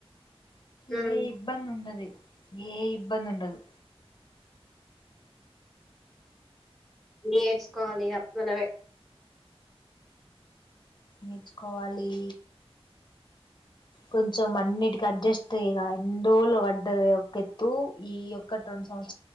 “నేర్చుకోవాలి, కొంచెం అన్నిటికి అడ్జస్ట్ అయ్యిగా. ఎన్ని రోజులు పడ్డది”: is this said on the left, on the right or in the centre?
Left